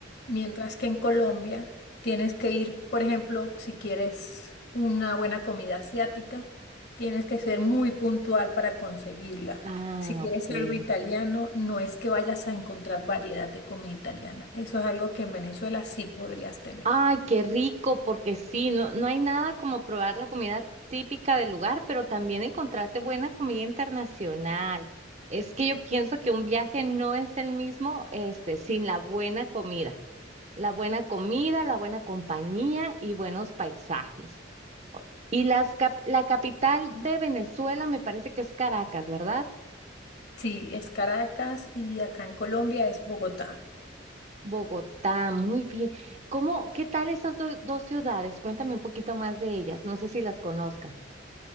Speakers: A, on the left; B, on the right.
A: Mientras que en Colombia tienes que ir, por ejemplo, si quieres una buena comida asiática, tienes que ser muy puntual para conseguirla.
B: Ah,
A: Si quieres
B: ok.
A: algo italiano, no es que vayas a encontrar variedad de comida italiana. Eso es algo que en Venezuela sí podrías tener.
B: Ay, qué rico, porque sí, no, no hay nada como probar la comida típica del lugar, pero también encontrarte buena comida internacional. Es que yo pienso que un viaje no es el mismo, este, sin la buena comida. La buena comida, la buena compañía y buenos paisajes. O- Y las cap- la capital de Venezuela me parece que es Caracas, ¿verdad?
A: Sí, es Caracas y acá en Colombia es Bogotá.
B: Bogotá, muy bien. ¿Cómo, qué tal esas do- dos ciudades? Cuéntame un poquito más de ellas. No sé si las conozcas.